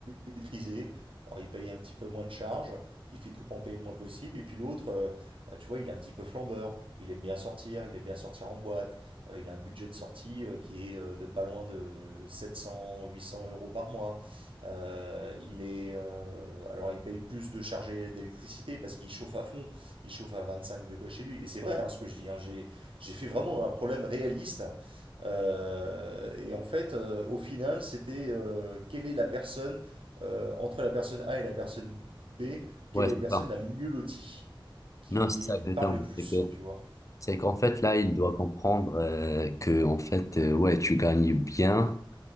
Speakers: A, on the right; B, on the left.
A: maîtrisé. Alors il paye un petit peu moins de charges, il fait tout pour en payer le moins possible. Et puis l'autre, euh, bah, tu vois, il est un petit peu flambeur, il aime bien sortir, il aime bien sortir en boîte. Euh, il a un budget de sortie euh, qui est euh, de pas loin de 700, 800 euros par mois. Euh, il est, euh, alors il paye plus de chargé d'électricité parce qu'il chauffe à fond, il chauffe à 25 degrés chez lui. Et c'est vrai hein, ce que je dis, hein, j'ai, j'ai fait vraiment un problème réaliste. Euh, et en fait, euh, au final, c'était euh, quelle est la personne, euh, entre la personne A et la personne B, quelle
B: ouais,
A: est
B: c'est
A: la personne
B: ça.
A: la mieux lotie, qui,
B: Non, c'est ça, exactement.
A: qui parle le plus,
B: C'est que-
A: tu vois.
B: c'est qu'en fait, là, il doit comprendre euh, que, en fait, euh, ouais, tu gagnes bien.